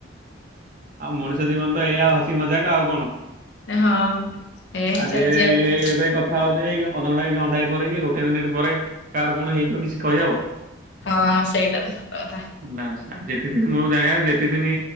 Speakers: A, on the right; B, on the left.
A: ଆଉ ମଣିଷ ଜୀବନ ତ ଏଇଆ ହସି ମଜାକ୍ ଆଉ କଣ?
B: ହଁ ଏଇଆ ହିଁ
A: ଆଜି
B: ଚାଲିଛି
A: ଏ-
B: ଆଉ
A: ଇ
B: କଣ?
A: ଏବେ କଥ କଥା ହ ଅଧଘଣ୍ଟା କି ଘଣ୍ଟା ପରେ କି ଗୋଟେ ମିନିଟ୍ ପରେ କାର୍ କଣ ହେଇଯିବ କିଛି କହିହବ।
B: ହସେଇଟା ତ ସତ କଥା।
A: ବାସ ଯେତେ ଦିନ ମୁଁ ଜାଣିବା ଯେତିକି ଦିନି